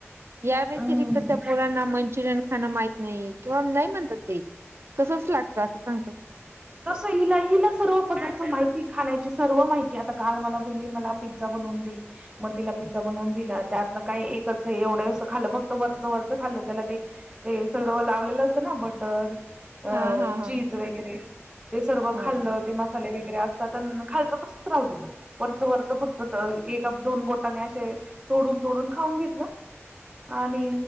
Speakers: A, on the right (about 60°); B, on the right (about 20°).
A: या व्यतिरिक्त
B: हम्म
A: त्या पोरांना मंचुरियन खाणं माहत नाही किंवा नाही म्हणतात ते कसंच लागतं असं सांगत.
B: तस हिला हिला सर्व पदार्थ माहिती. खाण्याची सर्व माहिती आता काल मला बोलली मला पिझ्झा बनवून दे. मग तिला पिझ्झा बनवून दिला त्यातन काय एकच एवढं खा फक्त वरचं वरचं खाल्लं त्याला ते ते सगळं व लावलेलं असतं ना बटर अ
A: हा हा
B: चीज
A: हा
B: वगैरे ते सर्व
A: हा
B: खाल्ल. मसाले वगैरे असतात खायच तस राहू दिलं वरच वरत फक्त एक दोन बोटाने असे तोडून तोडून खाऊन घेतलं. आणि